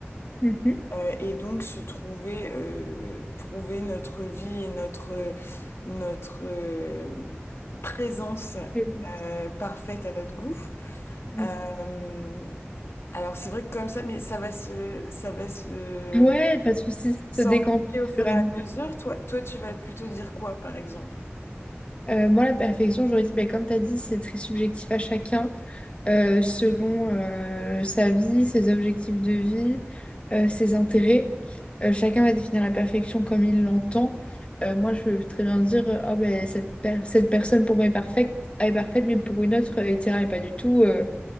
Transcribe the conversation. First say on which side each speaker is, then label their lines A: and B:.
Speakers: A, on the left (about 25°); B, on the left (about 70°).
A: Mhm.
B: Euh, et donc se trouver euh, trouver notre vie et notre notre euh, présence
A: Et bon,
B: euh, parfaite à notre goût.
A: c'est-
B: Euh, alors c'est vrai que comme ça, mais ça va se ça va se
A: Ouais, pas de soucis, ça
B: s'amplifier
A: décampe au
B: au fur
A: fur et
B: et
A: à
B: à
A: mesure.
B: mesure. Toi, toi, tu vas plutôt dire quoi, par exemple?
A: Euh, moi, la perfection, j'aurais dit, ben, comme tu as dit, c'est très subjectif à chacun. euh, selon euh, sa vie, ses objectifs de vie, euh, ses intérêts. Euh, chacun va définir la perfection comme il l'entend. Euh, moi, je peux très bien dire, euh, Ah, ben, cette, per- cette personne pour moi est parfaite, elle est parfaite, mais pour une autre, euh, elle dira, mais pas du tout, euh,